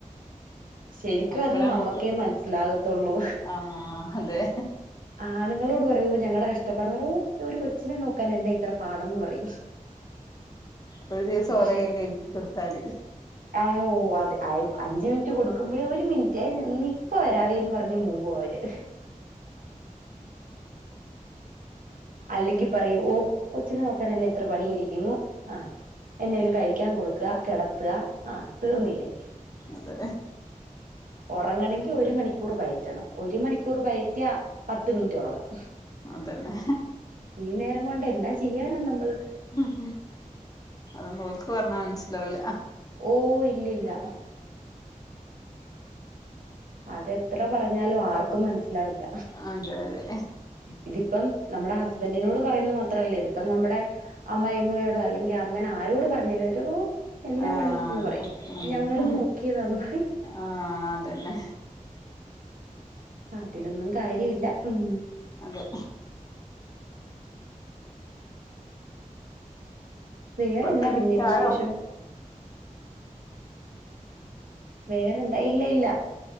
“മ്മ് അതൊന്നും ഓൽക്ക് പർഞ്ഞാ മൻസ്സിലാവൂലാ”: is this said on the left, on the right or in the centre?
Left